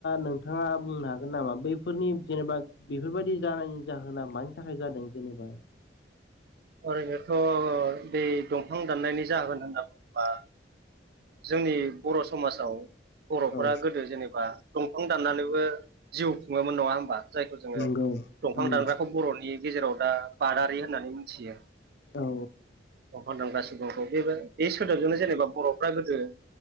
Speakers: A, on the left; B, on the right.
A: नोंथाङा बुंनो हागोन नामा बैफोरनि जेनेबा बेफोरबायदि जानायनि जाहोना मानि थाखाय जादों जेनेबा
B: ओरैनोथ' बे दंफां दाननायनि जाहोन होनना बुंबा। जोंनि बर' समाजाव बर'फोरा
A: औ
B: गोदो जेनेबा दंफां दाननानैबो जिउ खुङोमोन नङा होमबा जायखौ जोङो
A: नंगौ
B: दंफां
A: उम
B: दानग्राखौ बर'नि गेजेराव दा बादारि होननानै मिथियो
A: औ
B: दंफां दानग्रा सुबुंखौ बेबो बे सोदोबजोंनो जेनेबा बर' फ्रा गोदो